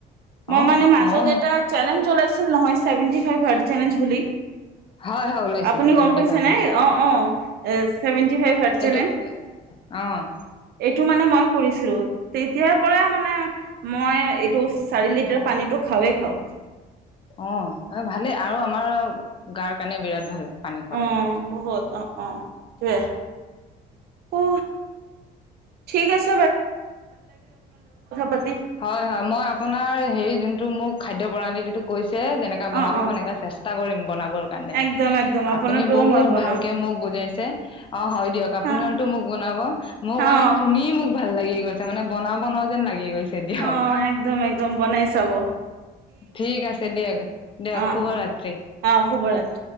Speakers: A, on the right; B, on the left.
A: মই
B: অ',
A: মানে মাজত
B: ময়ো হে
A: এটা চেলেঞ্জ উলাইছিল নহয় ছেভেনটি ফাইভ হাৰ্জ চেলেঞ্জ বুলি
B: হয় হয় ওলাইছিলে
A: আপুনি
B: ছেভেন্টি
A: গম পাইছে
B: ফাইভৰ।
A: নে অ অ ছেভেনটি ফাইভ হাৰ্জ
B: এইটো
A: চেলেঞ্জ
B: অ
A: এইটো মানে মই কৰিছিলো তেতিয়াৰ পৰা মানে মই এইটো চাৰি লিটাৰ পানীটো খাওঁ ৱে খাওঁ।
B: অ ভালেই আৰু আমাৰ গাৰ কাৰণে বিৰাট ভাল। পানী খোৱাটো
A: অ বহুত অ অ টোৱে অ ঠিক আছ- পাতি
B: হয় হয় মই আপোনাৰ সেই যোন- মোক খাদ্য প্ৰণালীটো কৈছে। যেনেকা বনাবলৈ
A: অ', অ',
B: মই এনেকা চেষ্টা কৰিম বনাবৰ কাৰণে
A: একদম একদম আপোনাৰটোও
B: আপুনি বহুত
A: মই বনাম
B: ভালকে মোক বু- জাইছে অ হয় দিয়ক আপোনাৰতো
A: অ',
B: মোক বনাব মোক
A: অ',
B: মানে শুনি মোক ভাল লাগি গৈছে মানে বনাওঁ বনাওঁ যেন লাগি গৈছে দিয়ক।
A: অ', একদম একদম বনাই চাব
B: ঠিক আছে দিয়ক দিয়ক
A: অ',
B: শুভৰাত্ৰি
A: অ', অ', শুভৰাত্ৰি